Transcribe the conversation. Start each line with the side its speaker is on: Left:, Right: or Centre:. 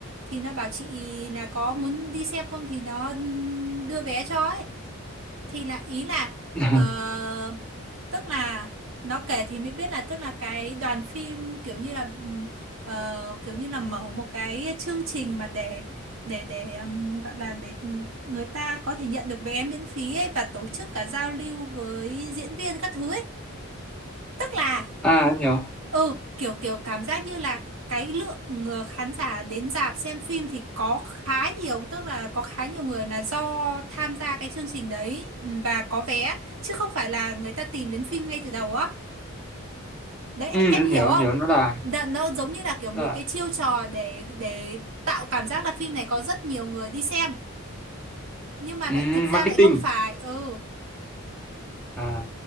Right: thì nó bảo chị là có muốn đi xem không thì nó ừm, đưa vé cho ấy thì là ý là
Centre: <laughs>
Right: ờ, tức là nó kể thì mới biết là tức là cái đoàn phim kiểu như là ừm, ờ, kiểu như là mở một cái chương trình mà để để để ừm, gọi là để người ta có thể nhận được vé miễn phí ấy và tổ chức cả giao lưu với diễn viên các thứ ấy tức là
Centre: à em hiểu
Right: ừ kiểu kiểu cảm giác như là cái lượng ờ, khán giả đến rạp xem phim thì có khá nhiều tức là có khá nhiều người là do tham gia cái chương trình đấy và có vé chứ không phải là người ta tìm đến phim ngay từ đầu á đấy e-
Centre: ừ,
Right: em
Centre: em
Right: hiểu
Centre: hiểu em
Right: không
Centre: hiểu nó là
Right: Đ nó giống như là kiểu một
Centre: nó là
Right: cái chiêu trò để để tạo cảm giác là phim này có rất nhiều người đi xem nhưng mà
Centre: ừ,
Right: lại thực ra
Centre: marketing
Right: lại không phải ừ
Centre: à